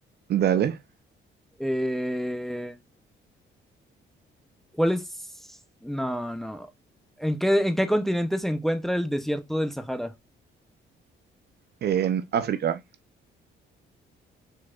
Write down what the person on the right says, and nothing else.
Dale.
en África.